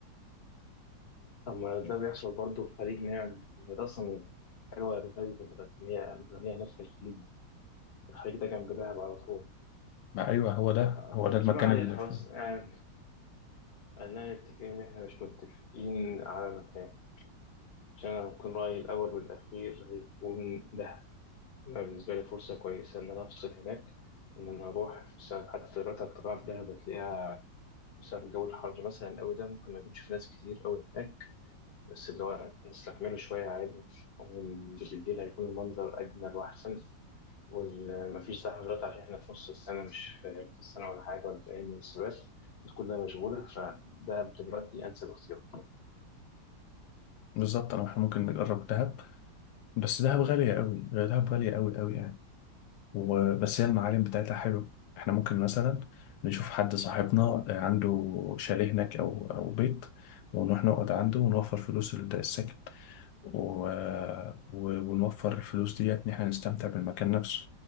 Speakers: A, on the left; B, on the left.
A: طب ده بيحصل برضه في خليج نعم ده أصلا حلوة يا بلدي كانت متغنية متغنية هناك في الخليج ده الخليج ده كان بدهب على طول
B: ما أيوه هو ده
A: آه،
B: هو ده المكان
A: ما علينا
B: اللي
A: خلاص
B: في-
A: يعني خلينا نتفق إن إحنا مش متفقين على مكان عشان أنا هكون رأيي الأول والأخير هيكون دهب أنا بالنسبة لي فرصة كويسة إن أنا أفصل هناك وإن أنا أروح بسبب حتى دلوقتي الطبيعة في دهب هتلاقيها بسبب الجو الحر مثلا أوي ده ممكن ما يكونش في ناس كتير أوي هناك بس اللي هو نستحمله شوية عادي وبالليل هيكون المنظر أجمل وأحسن ومفيش زحمة دلوقتي عشان إحنا في نص السنة مش في نص السنة ولا حاجة ولا في أي من السبات الناس كلها مشغولة فده دلوقتي أنسب اختيار
B: بالظبط أنا إحنا ممكن نجرب دهب بس دهب غالية قوي دهب غالية قوي قوي يعني وبس هي المعالم بتاعتها حلو احنا ممكن مثلا نشوف حد صاحبنا آه، عنده شاليه هناك او او بيت ونروح نقعد عنده ونوفر فلوس السكن و... و- ونوفر الفلوس ديت ان احنا نستمتع بالمكان نفسه